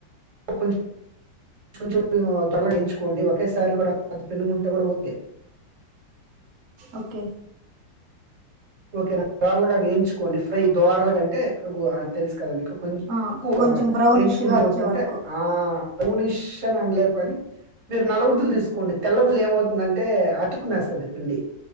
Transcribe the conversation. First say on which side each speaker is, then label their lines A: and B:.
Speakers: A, on the right; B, on the right.
A: క <unintelligible> దొరగా ఎంచుకోండి ఒకేసారి కూడా పెన్నముంటే కూడా ఓకే
B: ఓకే
A: ఓకే నా దోరలాగా వేయించుకోండి ఫ్రై దోరలగా అంటే తెలుసు కదా మీకు కొంచం
B: ఆ
A: తక్కువ
B: కొంచెం బ్రౌనిష్
A: ఎంచుకుంటే
B: గా
A: ఏమవుతుంది
B: వచ్చే
A: అంటే
B: వరకు
A: ఆ, బ్రౌనిష్ అని అనలేము కానీ మీరు నల్లవుద్దులు తీసుకోండి తెల్లవులు ఏమవుతుందంటే. అతుకునేస్తుంది పిండి